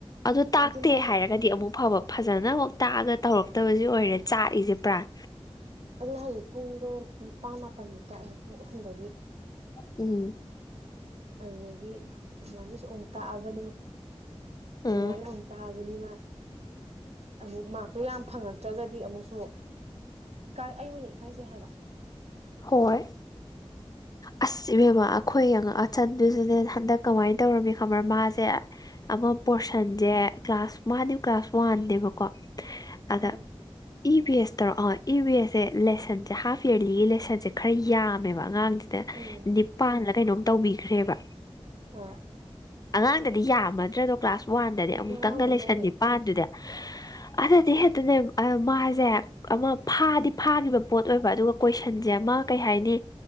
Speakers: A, on the left (about 35°); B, on the right (about 80°).
A: ꯑꯗꯨ ꯇꯥꯛꯇꯦ
B: ꯑꯗꯨꯅ ꯍꯥꯏꯁꯦ
A: ꯍꯥꯏꯔꯒꯗꯤ ꯑꯃꯨꯛ ꯐꯕ ꯐꯖꯅ ꯑꯃꯨꯛ ꯇꯥꯛꯑꯒ ꯇꯧꯔꯛꯇꯕꯖꯤ ꯑꯣꯏꯔꯦ ꯆꯥꯛꯏꯖꯦ ꯄ꯭ꯔꯥꯟ
B: ꯑꯩꯅ ꯍꯥꯏꯗꯤ ꯄꯨꯡꯗꯣ ꯅꯤꯄꯥꯜ ꯃꯥꯄꯟꯕꯨꯛ ꯇꯥꯛꯑꯦ ꯄꯨꯡ ꯑꯍꯨꯝꯗꯒꯤ
A: ꯎꯝ
B: ꯑꯗꯨꯗꯒꯤ ꯑꯗꯨꯃꯥꯏꯅꯁꯨ ꯑꯃꯨꯛ ꯇꯥꯛꯑꯕꯅꯤ ꯑꯗꯨꯃꯥꯏꯅ
A: ꯎꯝ
B: ꯑꯃꯨꯛ ꯇꯥꯛꯑꯕꯅꯤ <unintelligible> ꯑꯃꯨꯛ ꯃꯥꯔꯛꯇꯣ ꯌꯥꯝ ꯐꯪꯉꯛꯇ꯭ꯔꯒꯗꯤ ꯑꯃꯨꯛꯁꯨ ꯏꯀꯥꯏ ꯑꯩ ꯑꯣꯏꯅ ꯏꯀꯥꯏꯖꯩ ꯍꯥꯏꯕ
A: ꯍꯣꯏ ꯑꯁ ꯏꯕꯦꯝꯃ ꯑꯈꯣꯏ ꯑꯛ ꯑꯆꯟꯗꯨꯁꯨꯅꯦ ꯍꯟꯗꯛ ꯀꯃꯥꯏꯅ ꯇꯧꯔꯝꯃꯤ ꯈꯕ꯭ꯔ ꯃꯥꯁꯦ ꯑꯃ ꯄꯣꯔꯁꯟꯖꯦ
B: ꯎꯝ
A: ꯀ꯭ꯂꯥꯁ ꯃꯥꯗꯤ ꯀ꯭ꯂꯥꯁ ꯋꯥꯟꯅꯦꯕꯀꯣ ꯑꯗ
B: ꯎꯝ
A: ꯏ ꯚꯤ ꯑꯦꯁ ꯇꯔꯣꯑꯣ ꯑ ꯏ ꯕꯤ ꯑꯦꯁꯁꯦ ꯂꯦꯁꯟꯁꯦ ꯍꯥꯐ ꯏꯌꯔꯂꯤꯒꯤ ꯂꯦꯁꯟꯁꯦ ꯈꯔ ꯌꯥꯝꯃꯦꯕ ꯑꯉꯥꯡꯁꯦ ꯑꯗ
B: ꯎꯝ
A: ꯅꯤꯄꯥꯟꯂ ꯀꯩꯅꯣꯝ ꯇꯧꯕꯤꯈ꯭ꯔꯦꯕ
B: ꯑꯥ
A: ꯑꯉꯥꯡꯗꯗꯤ ꯌꯥꯝꯃꯗ꯭ꯔꯗꯣ ꯀ꯭ꯂꯥꯁ ꯋꯥꯟꯗꯗꯤ
B: ꯈꯨꯌꯥꯝ
A: ꯑꯃꯨꯛꯇꯪꯗ
B: ꯑꯃꯅꯦ
A: ꯂꯩꯁꯟ ꯅꯤꯄꯥꯟꯗꯨꯗ
B: ꯃꯥꯅꯦ
A: ꯑꯗꯗꯤ ꯍꯦꯛꯇꯅꯦ ꯑ ꯃꯥꯖꯦ ꯑꯃ ꯐꯥꯗꯤ ꯐꯥꯈꯤꯕ ꯄꯣꯠ ꯑꯣꯏꯕ ꯑꯗꯨꯒ ꯀꯣꯏꯁꯟꯁꯦ ꯑꯃ ꯀꯩ ꯍꯥꯏꯅꯤ